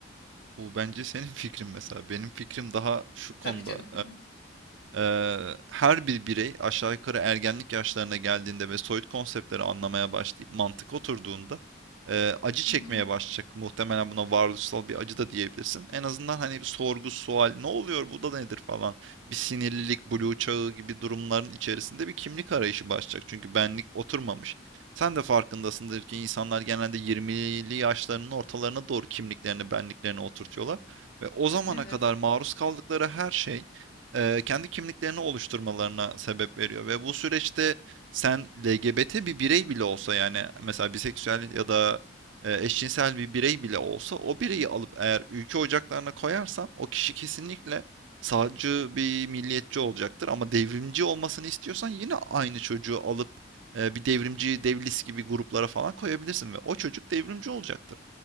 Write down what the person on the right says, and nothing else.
Bu bence senin <laughs> fikrin mesela. Benim fikrim daha şu konuda.
Eee, her bir birey aşağı yukarı ergenlik yaşlarına geldiğinde ve soyut konseptleri anlamaya başlayıp mantık oturduğunda eee, acı çekmeye
başlayacak. Muhtemelen buna varoluşsal bir acı da diyebilirsin. En azından hani bir sorgu, sual, ne oluyor, bu da nedir falan. Bir sinirlilik, blue çağı gibi durumların içerisinde bir kimlik arayışı başlayacak. Çünkü benlik oturmamış. Sen de farkındasındır ki insanlar genelde 20'li yaşlarının ortalarına doğru kimliklerini, benliklerini oturtuyorlar. Ve o zamana
kadar maruz kaldıkları her şey eee, kendi kimliklerini oluşturmalarına sebep veriyor ve bu süreçte sen LGBT bir birey bile olsa yani mesela biseksüel ya da eee, eşcinsel bir birey bile olsa o bireyi alıp eğer ülke ocaklarına koyarsan o kişi kesinlikle sağcı bir milliyetçi olacaktır ama devrimci olmasını istiyorsan yine aynı çocuğu alıp eee, bir devrimci devlis gibi gruplara falan koyabilirsin ve o çocuk devrimci olacaktır.